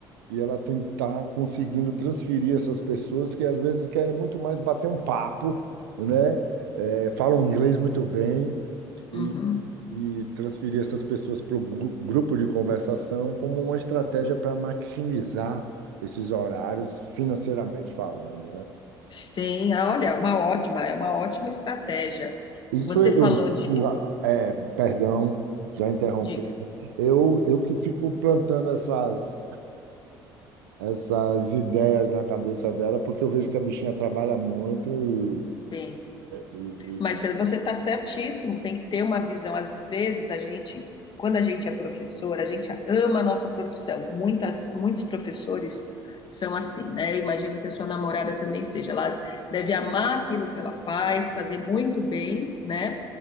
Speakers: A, on the right; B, on the left.
A: e ela tem que estar conseguindo transferir essas pessoas que às vezes querem muito mais bater um papo, né? É, falam inglês muito bem e,
B: Uhum.
A: e transferir essas pessoas para o grupo de conversação como uma estratégia para maximizar esses horários financeiramente falando, né?
B: Sim, ah, olha, uma ótima, é uma ótima estratégia.
A: Isso
B: Você
A: eu,
B: falou de.
A: o- perdão, já interrompi.
B: Diga.
A: Eu, eu que fico plantando essas essas ideias na cabeça dela, porque eu vejo que a bichinha trabalha muito e,
B: Sim.
A: e-
B: Mas
A: e-
B: você está certíssimo, tem que ter uma visão. Às vezes, a gente, quando a gente é professor, a gente ama a nossa profissão. Muitas, muitos professores são assim, né? Imagino que a sua namorada também seja. Ela deve amar aquilo que ela faz, fazer muito bem, né?